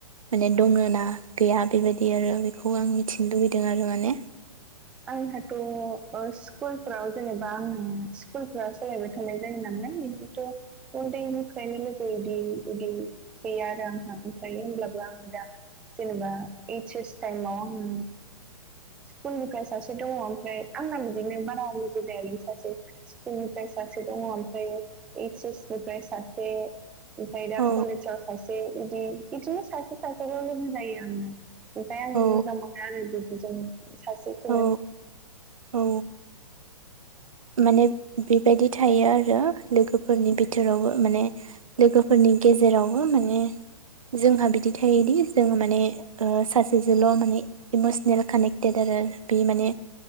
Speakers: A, on the right (about 65°); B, in the centre.
A: माने दङो ना गैया बेबायदि आरो बेखौ आं मिथिनो लुगैदों आरो माने
B: आंहाथ ओ स्कुलफ्राव जेनेबा आङो स्कुलफोरा सोलायबाय थानाय जायो नालाय इदिथ उन्दैनिफ्रायनो लोगो इदि इदि गैया आरो आंहा ओमफ्राय होमब्लाबो आङो दा जेनेबा ओइच एस टाइमाव आङो स्कुलनिफ्राय सासे दङ ओमफ्राय आंना बिदिनो बारा लोगो जायालै सासे स्कुल निफ्राय सासे दङ ओमफ्राय ओइस एस निफ्राय सासे ओमफ्राय दा
A: औ
B: कलेजाव सासे इदि इदिनो सासे सासेल लोगो जायो आंना ओमफाय आं
A: औ
B: मोजां मोनो आरो बिदिजोंनो सासेखौनो
A: औ औ माने बिबायदि थायो आरो लोगोफोरनि बिथिं वबो माने लोगोफोरनि गेजेरावबो माने जोंहा बिदि थायोदि जोङो माने ओ सासेजोल माने इमसनेल कानेक्ट टेट आरो बे माने